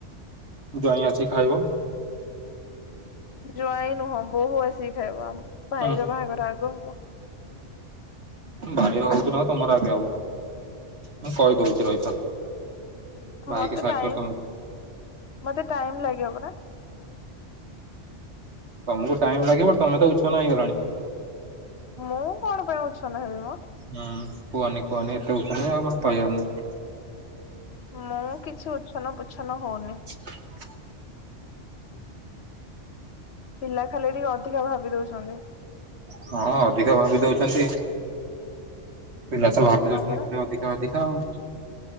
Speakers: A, on the right; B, on the left.
A: ଜ୍ୱାଇଁ ଆସି ଖାଇବ।
B: ଜାଇଁ ନୁହଁ ବୋହୁ ଆସିକି ଖାଇବ ଆମ ଭାଇର
A: ହୁଁ
B: ବାହାଘର ଆଗ ହବ।
A: ଭାଇ ର ହଉ କି ନ ହଉ ତମର ଆଗେ ହବ। ମୁଁ କହିଦଉଛି ରହିଥା। ଭାଇକି
B: ମତେ
A: ସାଇଡ
B: ଟାଇମ୍
A: କରି ତମକୁ
B: ମତେ ଟାଇମ୍ ଲାଗିବ ପରା।
A: ତମକୁ ଟାଇମ୍ ଲାଗିବ ତମେ ତ ଉଚ୍ଛନ ହେଇଗଲଣି।
B: ମୁଁ କଣ ପାଇଁ ଉଚ୍ଛନ୍ନ ହେବିମ।
A: ହୁଁ କୁହନି କୁହନି ଏତେ ଉଛନ୍ ଜେ ଆଉ କଣ କହିବାର ନାହିଁ <unintelligible>
B: ମୁଁ କିଛି ଉଛନ ପୁଚ୍ଛନ ହଉନି।
A: <inaudible>
B: ପିଲା ଖାଲି ଟିକେ ଅଧିକ ଭାବି ଦଉଛନ୍ତି।
A: ହଁ ଅଧିକା ଭାବି ଦଉଛନ୍ତି ପିଲା ତ ଭାବି
B: ହଁ
A: ଦଉଛନ୍ତି
B: ପରା
A: ଖାଲି ଅଧିକ। ଅଧିକା ଆଉ।